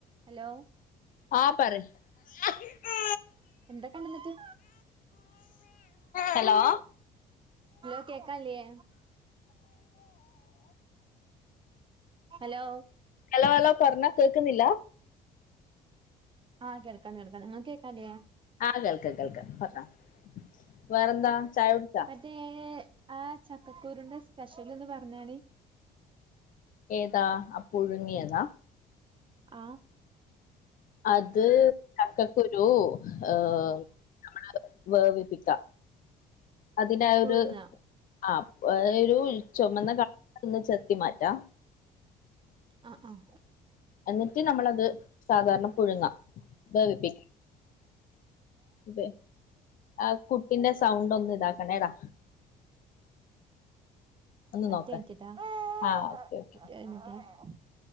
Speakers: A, on the right; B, on the left.
A: Hello
B: ആ പറി അ <unintelligible>
A: എന്തക്കണ്ട്ന്നിട്ട്
B: hello
A: hello കേക്ക്ല്യേ ഹലോ
B: ഹലോ ഹലോ പറഞ്ഞ കേക്കുന്നില്ല
A: ആഹ് കേൾക്കാൻ കേൾക്കാൻ ഇങ്ങക്ക് കേക്കാ ല്ല്യേ
B: ആഹ് കേൾക്ക കേൾക്ക പറഞ്ഞോ വേറെന്താ ചായ കുടിച്ചാ
A: മറ്റേ ആ ചക്കക്കുരുന്റെ സ്പെഷ്യല് ഒന്ന് പറഞ്ഞാണി
B: ഏതാ ആ പുഴുങ്ങിയതാ
A: ആ
B: അത് ചക്കക്കുരു ഏ നമ്മള് വേവിപ്പിക്ക അതിനായൊരു
A: പുഴുങ്ങ
B: ആ അ <unintelligible> <unintelligible> ചൊമന്ന ക ഒന്ന് ചെത്തി മാറ്റാ
A: ആഹ് ആഹ്
B: എന്നിട്ട് നമ്മളത് സാധാരണ പുഴുങ്ങ വേവിപ്പിക്ക ബെ ആ കു പിന്നെ സൗണ്ട് ഒന്നു ഇതാക്കണേടാ
A: <inaudible>
B: ഒന്ന് നോക്ക് ആഹ് ഓക്കെ ഓക്കെ